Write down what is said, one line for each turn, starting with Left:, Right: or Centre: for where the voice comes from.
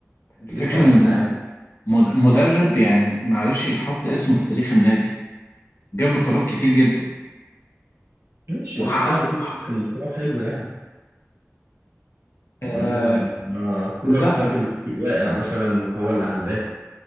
Left: الفكرة
Right: يطلع بالتعادل
Left: إن الم- مد- مدرب يعني معلش يتحط اسمه في تاريخ النادي جاب بطولات كتير جدا
Right: ماشي
Left: وحقق
Right: بس الأهلي كده
Left: وحقق
Right: كان مستواه حلو يعني
Left: آه
Right: ولا آه، كولر
Left: لا
Right: خد الفريق واقع مثلا وهو اللي علاه